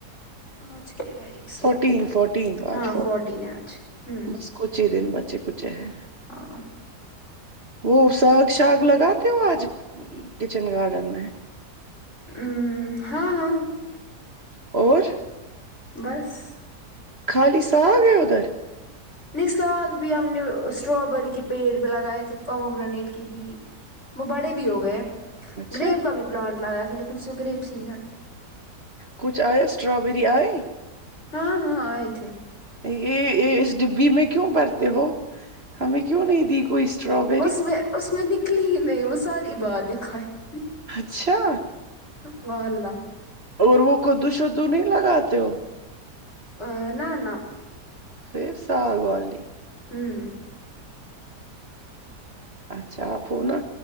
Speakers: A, on the left; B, on the right.
A: آج کے ایک سیکنڈ
B: فورٹین فورٹین
A: ہاں
B: آج
A: فورٹین ہے آج ہ
B: بس کچھ ہی دن بچے کچھ ہے
A: ہ
B: وہ ساگ ساگ لگاتے ہو آج کچن گارڈن میں
A: ہ ہاں ہاں
B: اور
A: بس
B: خالی سا گ ہے ادھر
A: نہیں ساگ بھی ہم نے اسٹرابری کے پیڑ بھی لگائے تھے پمو گرینیٹ کے بھی وہ بڑے بھی ہو گئے
B: اچھا
A: گریب کا بھی پلانٹ لگایا تھا لیکن اس سے گریب سی نہیں آئی
B: کچھ آیا اسٹرابری آی
A: ہاں ہاں اے تھے
B: یہ اس ڈبی میں کیوں برتے ہو ہمیں کیوں نہیں دی کوئی اسٹاپ
A: اس میں اس میں نکلی ہی نہیں وہ ساری بعد کھایی
B: اچھا
A: و ل
B: اور وہ قدو شدو نہیں لگاتے ہو
A: ا نہ نہ
B: پھر ساگ والی
A: ہوں
B: اچھا آپ ہو نا